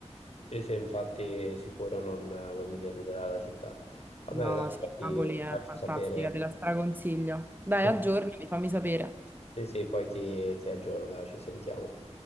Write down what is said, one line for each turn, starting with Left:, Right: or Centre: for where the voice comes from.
Left: Sì, sì, infatti sicuro non, non mi deluderà la città. Va bene,
Right: No,
Left: dai,
Right: sì,
Left: poi ti
Right: Napoli
Left: ti
Right: è
Left: faccio
Right: fantastica,
Left: sapere.
Right: te la straconsiglio. Dai,
Left: <laughs>
Right: aggiornami, fammi sapere.
Left: Sì, sì, poi ti, ti aggiorno, dai, ci sentiamo.